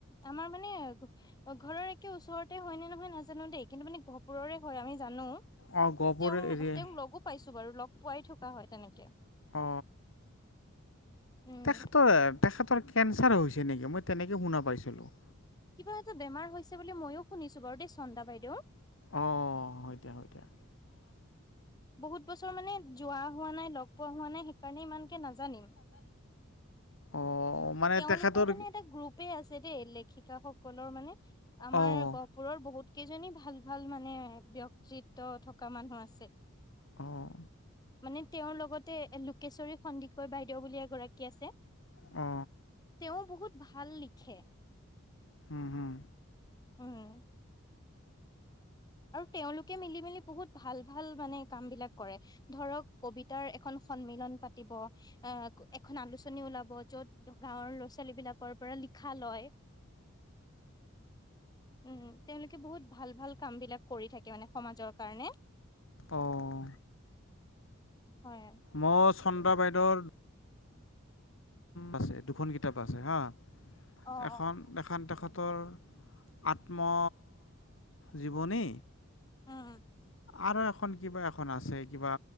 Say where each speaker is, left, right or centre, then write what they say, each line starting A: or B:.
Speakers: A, on the left (about 20°); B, on the left (about 65°).
A: আমাৰ মানে। অ ঘৰৰ একে ওচৰতে হয় নে নহয় নাজানো দেই কিন্তু মানে গহপুৰৰে হয় আমি জানো।
B: অঁ গহপুৰ
A: তেওঁ
B: এৰিয়া
A: তেওঁক লগো পাইছো বাৰু লগ পোৱাই থকা হয় তেনেকে।
B: অ।
A: উম।
B: তেখেতৰ তেখেতৰ কেঞ্চাৰ হৈছে নেকি মই তেনেকে শুনা পাইছিলো
A: কিবা এটা বেমাৰ হৈছে বুলি, ময়ো শুনিছো বাৰু দেই চন্দা বাইদেউ।
B: অহ' হয় দিয়া, হয় দিয়া।
A: বহুত বছৰ মানে, যোৱা হোৱা নাই লগ পোৱা হোৱা নাই সেইকাৰণে ইমান। কে নাজানিম
B: অঁ মানে
A: তেওঁলোকৰ
B: তেখেতৰ
A: মানে এটা গ্ৰুপে আছে দেই লেখিকা সকলৰ মানে আমাৰ
B: অঁ
A: গহপুৰৰ বহুত কেইজনী ভাল ভাল মানে ব্যক্তিত্ব থকা মানুহ আছে।
B: অঁ
A: মানে তেওঁৰ লগতে লোকেশ্বৰী সন্দিকৈ বাইদেউ বুলি এগৰাকী আছে।
B: অ
A: তেওঁ বহুত ভাল লিখে
B: হুম হুম
A: উম আৰু তেওঁলোকে মিলি মিলি বহুত ভাল ভাল মানে কাম বিলাক কৰে ধৰক কবিতাৰ এখন সন্মিলন পাতিব অ এখন আলোচনী ওলাব য'ত গাঁৱৰ ল'ৰা ছোৱালী বিলাকৰ পৰা শিক্ষালৈ
B: <unintelligible>
A: উম তেওঁলোকে বহুত ভাল ভাল কাম বিলাক কৰি থাকে মানে সমাজৰ কাৰণে।
B: অঁ
A: হয়।
B: ম চন্দা বাইদেউৰ আছে দুখন কিতাপ আছে হা
A: উম
B: এখন এ তেখ তেখেতৰ আত্ম জীৱনী
A: উম
B: আৰু এখন কিবা এখন আছে কিবা